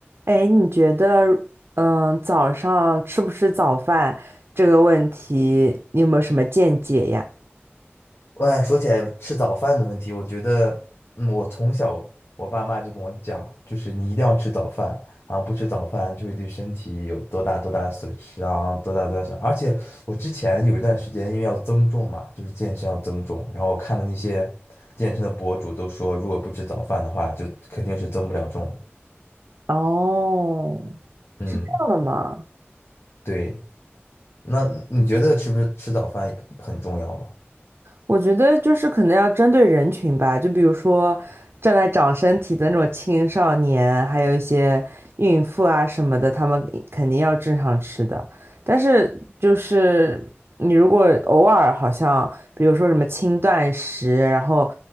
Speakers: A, on the right; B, on the left.
A: 哎，你觉得，嗯，早上吃不吃早饭这个问题，你有没有什么见解呀？
B: 哎，说起来吃早饭的问题，我觉得，嗯，我从小我爸妈就跟我讲，就是你一定要吃早饭啊，不吃早饭就会对身体有多大多大的损失啊，多大多大损而且我之前有一段时间，因为要增重嘛，就是健身要增重，然后我看的那些健身的博主都说，如果不吃早饭的话，就肯定是增不了重的。
A: 哦，
B: 嗯，
A: 是这样的吗？
B: 对。那你觉得吃不吃早饭很重要吗？
A: 我觉得就是可能要针对人群吧，就比如说正在长身体的那种青少年，还有一些孕妇啊什么的，他们肯定要正常吃的。但是就是你如果偶尔好像，比如说什么轻断食，然后